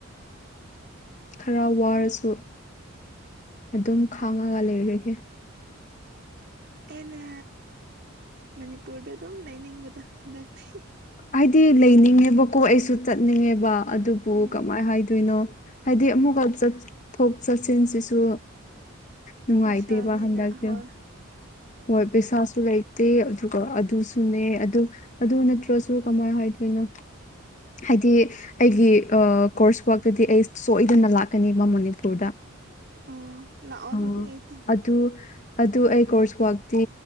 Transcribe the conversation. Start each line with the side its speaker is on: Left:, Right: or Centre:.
Left: ꯈꯔ ꯋꯥꯔꯁꯨ ꯑꯗꯨꯝ ꯈꯥꯡꯉꯒ ꯂꯩꯔꯒꯦ
Right: ꯑꯩꯅ ꯃꯅꯤꯄꯨꯔꯗ ꯑꯗꯨꯝ ꯂꯩꯅꯤꯡꯕꯗꯣ ꯍꯟꯗꯛꯇꯤ
Left: ꯍꯥꯏꯗꯤ ꯂꯩꯅꯤꯡꯉꯦꯕꯀꯣ ꯑꯩꯁꯨ ꯆꯠꯅꯤꯡꯉꯦꯕ ꯑꯗꯨꯕꯨ
Right: ꯎꯝ
Left: ꯀꯃꯥꯏ ꯍꯥꯏꯗꯣꯏꯅꯣ ꯍꯥꯏꯗꯤ ꯑꯃꯨꯛꯀ ꯆꯠꯊꯣꯛ ꯆꯠꯁꯤꯟꯁꯤꯁꯨ ꯅꯨꯡꯉꯉꯥꯏꯇꯦꯕ
Right: ꯄꯩꯁꯥꯅꯤꯅ
Left: ꯍꯟꯗꯛꯇꯤ
Right: ꯍꯣꯏ
Left: ꯍꯣꯏ ꯄꯩꯁꯥꯁꯨ ꯂꯩꯇꯦ ꯑꯗꯨꯒ ꯑꯗꯨꯁꯨꯅꯦ ꯑꯗꯨ ꯑꯗꯨ ꯅꯠꯇ꯭ꯔꯁꯨ ꯁꯨꯨ ꯀꯃꯥꯏ ꯍꯥꯏꯗꯣꯏꯅꯣ ꯍꯥꯏꯗꯤ ꯑꯩꯒꯤ ꯑꯥ ꯀꯣꯔꯁ ꯋꯥꯛꯇꯗꯤ ꯑꯩ ꯁꯣꯏꯗꯅ ꯂꯥꯛꯀꯅꯤꯕ ꯃꯅꯤꯄꯨꯔꯗ
Right: ꯑꯣ ꯂꯥꯛꯑꯣ
Left: ꯑꯥ
Right: ꯑꯗꯨꯗꯤ ꯑꯩ ꯇꯧꯒꯦ
Left: ꯑꯠ ꯑꯗꯨ ꯑꯗꯨ ꯑꯩ ꯀꯣꯔꯁ ꯋꯥꯥꯛꯇꯤ